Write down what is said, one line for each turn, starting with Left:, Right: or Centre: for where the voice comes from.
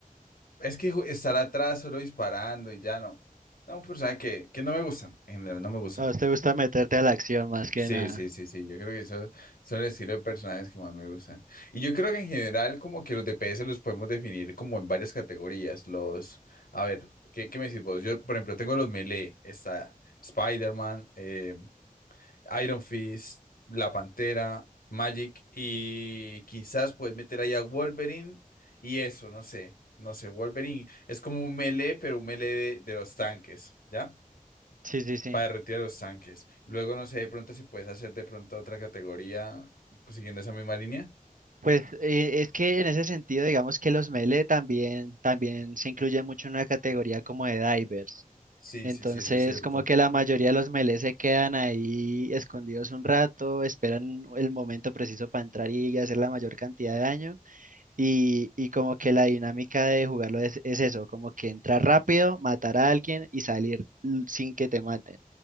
Left: es que ju- estar atrás solo disparando y ya no. No, un personaje que, que no me gustan, en general no me gustan.
Right: A vos te gusta meterte a la acción más que
Left: Sí,
Right: nada.
Left: sí, sí, sí, yo creo que esos son el estilo de personajes que más me gustan. Y yo creo que en general como que los DPS los podemos definir como en varias categorías. Los, a ver, ¿qué, qué me decís vos? Yo, por ejemplo, tengo los melee, está Spider-Man, eh, Iron Fist, La Pantera, Magic y quizás puedes meter ahí a Wolverine y eso, no sé, no sé, Wolverine es como un melee, pero un melee de, de los tanques, ¿ya?
Right: Sí, sí, sí.
Left: Para derretir a los tanques. Luego, no sé, de pronto si puedes hacer de pronto otra categoría pues, siguiendo esa misma línea.
Right: Pues eh, es que en ese sentido, digamos que los melee también, también se incluyen mucho en una categoría como de divers.
Left: Sí,
Right: Entonces,
Left: sí, sí, eso es cierto.
Right: como que la mayoría de los melee se quedan ahí escondidos un rato, esperan el momento preciso para entrar y hacer la mayor cantidad de daño. Y, y como que la dinámica de jugarlo es, es eso, como que entrar rápido, matar a alguien y salir l- sin que te maten.